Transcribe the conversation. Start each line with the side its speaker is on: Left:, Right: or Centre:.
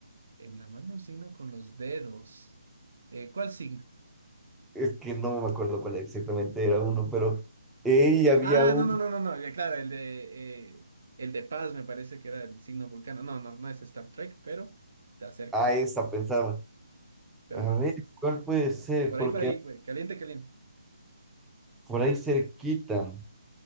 Right: En la mano un signo con los dedos. Eh, ¿cuál signo?
Centre: Es que no me acuerdo cuál exactamente era uno, pero ella había
Right: Ah,
Centre: un,
Right: no, no, no, no, no, ya, claro, el de, eh, el de paz me parece que era el signo vulcano. No, no, no es Star Trek, pero te acercas.
Centre: a esa pensaba,
Right: Pero
Centre: a
Right: no, no
Centre: ver,
Right: es eso.
Centre: ¿cuál puede ser?
Right: Por
Centre: Porque
Right: ahí, por ahí, güey, caliente, caliente.
Centre: por ahí cerquita.